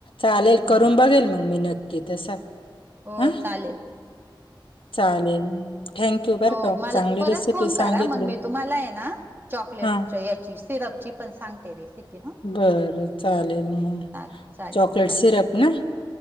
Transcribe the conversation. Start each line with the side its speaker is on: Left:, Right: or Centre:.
Left: चालेल
Right: हम्म
Left: करून बघेल मग मी नक्की तसा.
Right: हो
Left: हा
Right: चालेल.
Left: चालेल. थँक्यू बरं
Right: हो
Left: का
Right: मला
Left: चांगली
Right: परत
Left: रेसिपी
Right: फोन करा
Left: सांगितली
Right: मग मी तुम्हाला आहे ना चॉकलेट
Left: हां.
Right: याची सिरपची पण सांगते रेसिपी हां
Left: बर चालेल मग
Right: चालेल चालेल
Left: च ''--'' कडसिरप
Right: चालेल
Left: ना.